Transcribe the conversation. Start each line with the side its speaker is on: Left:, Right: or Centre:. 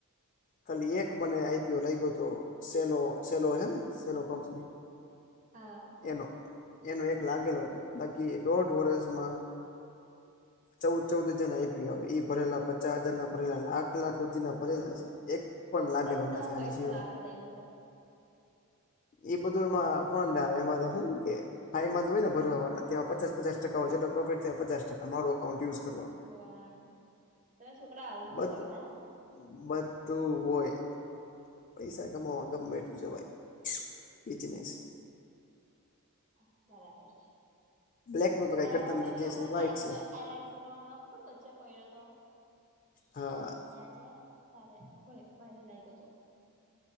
Left: ખાલી એક મને આઈ પી ઓ લાઈગો હતો. સેલો-સેલો હે ને સેલો કંપની.
Right: હા.
Left: એનો- એનો એક લાગેલો છે બાકી દોઢ વર્ષમાં ચૌદ-ચૌદ હજાર ના આઈ પી ઓ આવે, ઈ ભરેલા પચાસ હજાર ના ભરેલા, લાખ-લાખ હુધી ના ભરેલા છે. એક પણ
Right: તો
Left: લાગેલો
Right: કઈ
Left: નથી
Right: તમે
Left: આની
Right: પૈસા
Left: સિવાય.
Right: લાવતા હતા એ બધા
Left: એ બધું એમાં ફડ આવે એમાં તો હું કે. હા, એમાં તો હોય ને ભરવા વાળા, તેમાં પચાસ-પચાસ ટકાઓ જેટલો પ્રોફિટ થી પચાસ ટકા અમારો અકાઉન્ટ યુઝ
Right: હે
Left: કરવાનું.
Right: ભગવાન તમે છોકરા આવું જ
Left: બધુ
Right: કરો હે
Left: બધું હોય. પૈસા કમાવા ગમે એટલું જવાય. બિજનેસ.
Right: હ, બરાબર છે.
Left: બ્લેક નું તો કઈ
Right: હા,
Left: કરતા નથી
Right: મને બી
Left: જે
Right: હમણાં
Left: છે
Right: જ
Left: વ્હાઈટ
Right: લાગ્યો
Left: છે
Right: તો એલ આઈ સીમા હમણાં ખબર વચ્ચે પડ્યો હતો.
Left: હા.
Right: યાદ છે. તારે ભારે -ભારે લાયગો તો.